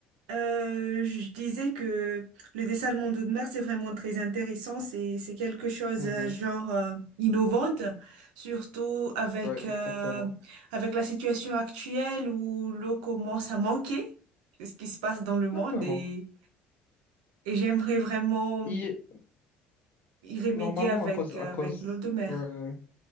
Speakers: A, on the right; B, on the left.
A: Euh, je disais que le dessin de Monde de Mer, c'est vraiment très intéressant. C'est, c'est quelque chose
B: Mhm.
A: euh, genre euh, innovante, surtout avec
B: Ouais,
A: euh,
B: exactement.
A: avec la situation actuelle où l'eau commence à manquer, c'est ce qui se passe dans le monde
B: Exactement.
A: et et j'aimerais vraiment
B: Et
A: y remédier
B: normalement,
A: avec
B: à cause, à
A: avec
B: cause,
A: l'eau de mer.
B: ouais,